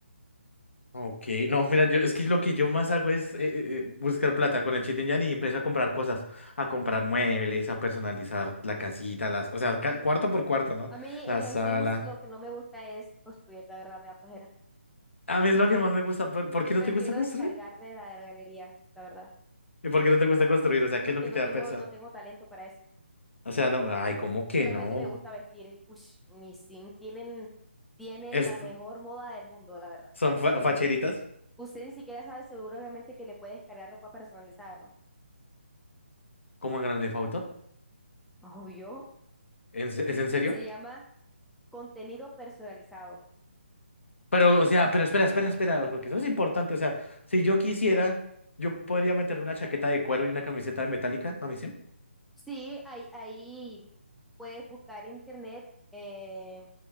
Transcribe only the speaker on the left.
Ok, no, mira, yo, es que lo que yo más hago es eh, eh, eh, buscar plata con el Cheat Engine y empiezo a comprar cosas, a comprar muebles, a personalizar la casita, las, o sea, ca- cuarto por cuarto, ¿no?
La
sala.
A mí es lo que
más me gusta. ¿Por, por qué no
te gusta construir?
¿Y por qué no te gusta construir? O sea,
¿qué es lo que
te
da pereza?
O sea, no, ay, ¿cómo que
no?
Esto,
¿son fa- facheritas?
como en Grand Theft Auto.
¿En se- ¿Es en serio?
Pero, o sea, pero espera, espera, espera, porque eso es importante. O sea, si yo quisiera, yo podría meterle una chaqueta de cuero y una camiseta de metálica a mi sim.